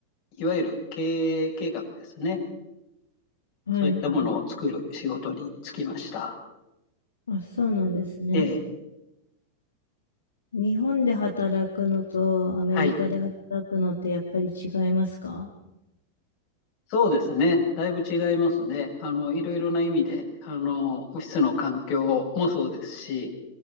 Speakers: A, on the left; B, on the left.
A: いわゆる経営計画ですね、
B: はい。
A: そういったものを作る仕事に就きました。
B: あ、そうなんですね。
A: えー
B: 日本で働くのとアメリカで働くのってやっぱり違いますか
A: はい。そうですね。だいぶ違いますね。あの、いろいろな意味で、あの、オフィスの環境もそうですし、